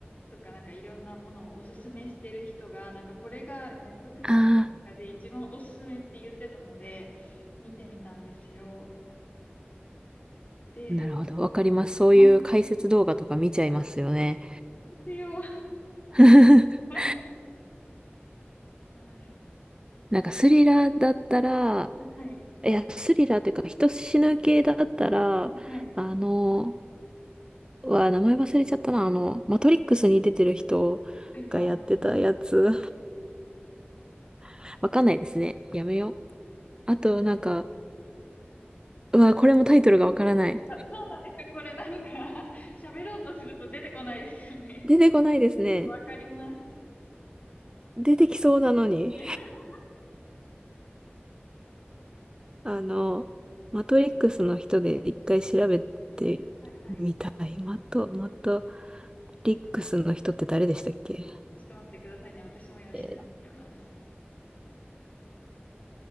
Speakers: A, on the left (about 40°); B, on the right (about 20°).
A: とか、なんかいろんなものをおすすめしてる人が、なんかこれが Netflix
B: あ
A: で一番おすすめって言ってたので、見てみたんですよ。で、
B: なるほど。わかります。そういう解説動画とか見ちゃいますよね。
A: あ、あですよ。
B: <laughs>
A: <laughs> はい。そうだ。
B: なんかスリラーだったら、
A: はいはい。
B: いや、スリラーというか人死ぬ系だったら、
A: はいはい。
B: あの、わ、名前忘れちゃったな。あの、マトリックスに出てる人がやってたやつ。
A: はいはい。
B: <laughs> わかんないですね。やめよう。あと、なんか、うわ、これもタイトルがわからない。
A: あそうなんですよ。これなんか <laughs> 喋ろうとすると出てこないですよね。
B: 出てこないですね。
A: わかります。
B: 出てきそうなのに。
A: <laughs>
B: あの、マトリックスの人で一回調べて
A: はいはい。
B: みたい。マト、マトリックスの人って誰でしたっけ
A: ちょっと待ってくださいね。私も今調べてます。
B: えー